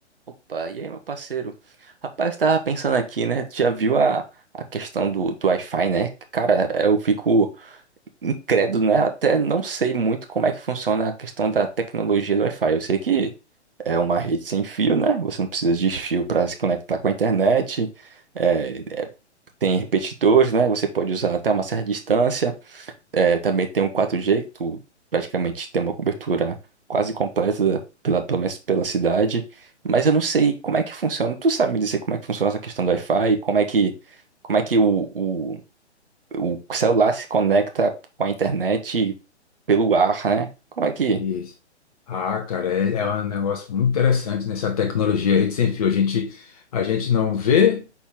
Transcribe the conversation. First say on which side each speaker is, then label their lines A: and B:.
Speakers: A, on the right (about 50°); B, on the left (about 30°).
A: Opa, e aí, meu parceiro? Rapaz, eu tava pensando aqui, né? Tu já viu a, a questão do, do Wi-Fi, né? Cara, eu fico incrédulo, né? Até não sei muito como é que funciona a questão da tecnologia do Wi-Fi. Eu sei que é uma rede sem fio, né? Você não precisa de fio para se conectar com a internet. É, é, tem repetidores, né? Você pode usar até uma certa distância. É, também tem um 4G, que tu praticamente tem uma cobertura quase completa pela, pelo menos pela cidade. Mas eu não sei como é que funciona. Tu sabe me dizer como é que funciona essa questão do Wi-Fi? Como é que, como é que o, o, o celular se conecta com a internet pelo ar, né? Como é que.
B: Isso. Ah, cara, é, é um negócio muito interessante nessa tecnologia rede sem fio. A gente, a gente não vê,